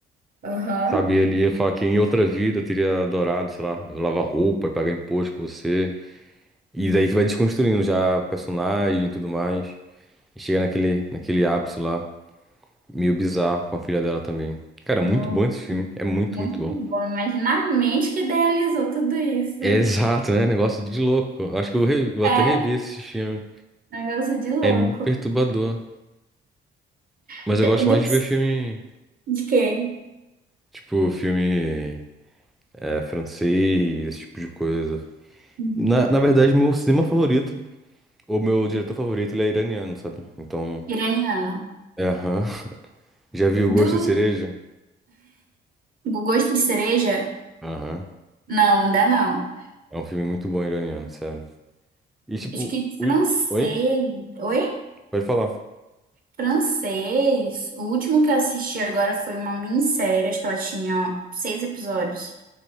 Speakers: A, on the right; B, in the centre.
A: Aham.
B: Sabe, ele ia falar que em outra vida eu teria adorado, sei lá, lavar roupa, pagar imposto com você. E daí que vai desconstruindo já a personagem e tudo mais. E chega naquele, naquele ápice lá, meio bizarro, com a filha dela também. Cara, muito
A: No-
B: bom esse filme. É muito,
A: Muito
B: muito bom.
A: bom. Imagina a mente que idealizou tudo isso.
B: É exato, né? Negócio de louco. Eu Acho que eu re- vou
A: É,
B: até rever esse filme.
A: negócio de louco.
B: É meio perturbador. Mas
A: De,
B: eu gosto
A: de,
B: mais de ver filme,
A: de quê?
B: tipo, filme é, francês, esse tipo de coisa.
A: Uhum.
B: Na, na verdade, meu cinema favorito. O meu diretor favorito, ele é iraniano, sabe? Então,
A: Iraniana.
B: é, aham. Já viu Gosto
A: Do
B: de Cereja?
A: do gosto de cereja?
B: Aham.
A: Não, ainda não.
B: É um filme muito bom iraniano, sério. E tipo,
A: Acho que
B: ui...
A: francês.
B: oi?
A: Oi?
B: Pode falar.
A: Francês. O último que eu assisti agora foi uma minissérie, acho que ela tinha seis episódios.